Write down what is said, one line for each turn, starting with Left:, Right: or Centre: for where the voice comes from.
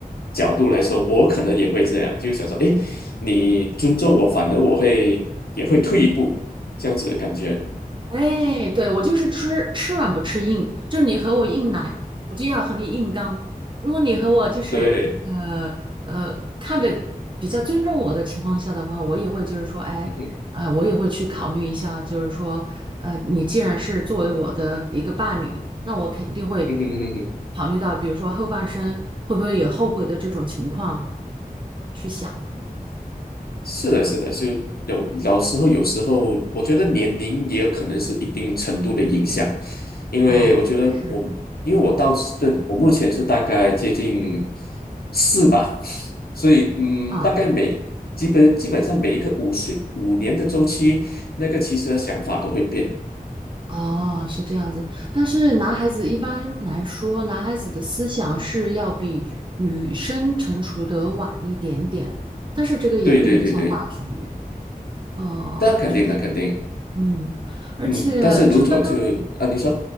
Left: 角度来说，我可能也会这样，就是想说，哎，你尊重我，反而我会也会退一步，这样子的感觉。
Right: 哎，对，我就是吃吃软不吃硬，就你和我硬来，我就要和你硬刚。如果你和我就是呃呃看着比较尊重我的情况下的话，
Left: 对，
Right: 我也会就是说，哎，
Left: <laughs> 嗯哼，
Right: 呃，我也会去考虑一下，就是说，呃，你既然是作为我的一个伴侣，那我肯定会
Left: 嗯哼嗯哼
Right: 考虑到，比如说后半生会不会有后悔的这种情况去想。
Left: 是的，是的，就有老时候，有时候我觉得年龄也有可能是一定程度的影响，因为我觉得我，
Right: 哦，是
Left: 因为我到这，我目前是大概接近四吧，<laughs> 所以嗯，
Right: 啊。
Left: 大概每基本基本上每一个五岁五年的周期，那个其实的想法都会变。
Right: 哦，是这样子。但是男孩子一般来说，男孩子的思想是要比女生成熟的晚一点点，但是这个也不影响大局。
Left: 对对对对，
Right: 呃，
Left: 那肯定的，
Right: 就
Left: 肯定，
Right: 嗯，而且就刚刚
Left: 嗯，但是如果就啊，你说，